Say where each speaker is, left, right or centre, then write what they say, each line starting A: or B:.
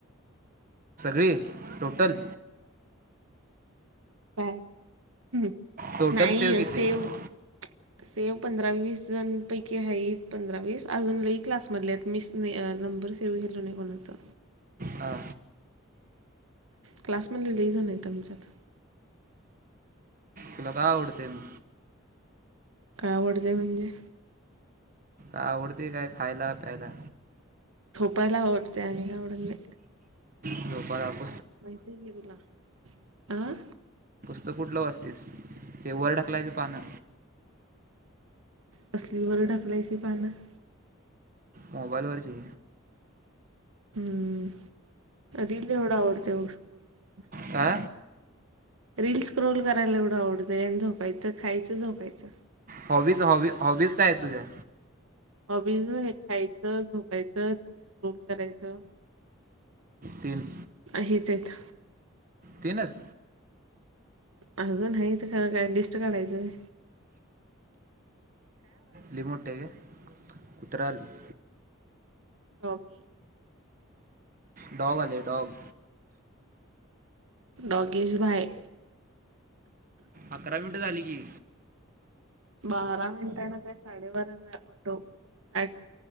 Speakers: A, on the right (about 40°); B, on the right (about 80°).
A: घे टोटल.
B: काय ह
A: टोटल
B: नाही
A: सेव
B: असेव.
A: किती आहेत
B: सेव पंधरा वीस जण पैकी आहेत. पंधरा वीस अजून लई क्लासमधले आहेत मिच नाहीं अजून. नंबर सेव केला नाहीं कोणाचा.
A: हा.
B: क्लासमधले लई जन आहेत आमच्यात.
A: तुला काय आवडते मग?
B: काय आवडतेंय म्हणजे.
A: आवडतय काय खायला-प्यायला?
B: झोपायला आवडते आणि काय नाही.
A: हम बरोबर.
B: माहिती आहे मी तुला. अह.
A: तू कुठलं वाचतीस ते वरढकलायची पानं.
B: कसलीवर ढकलायची पानं?
A: मोबाईलवरची.
B: हम्म <unintelligible> अल एवढं आवडतं मघ स्कू वगैराला
A: आ.
B: रील्स क्रोल करायला एवढं आवडतंय. आणि झोपायचं, खायचं, झोपायचं.
A: हॉबी-हॉबी हॉबीज काय आहेत तुझ्या?
B: हॉबीज, हे खायचं झोपायचं, रील्स स्क्रोल करायचं.
A: तीन.
B: हेच आहेत.
A: तीनच?
B: अजून हायेत खरं काय लिस्ट काढायचं व्हय.
A: लई मोठी हाय काय? कुत्र आलय.
B: डॉग्गी.
A: डॉग आले डॉग.
B: डॉगेश भाय.
A: अकरा मिनिटं झाली की.
B: बारा मिनिटांन काय साडेबारा ला हाय म्हटलो ॲट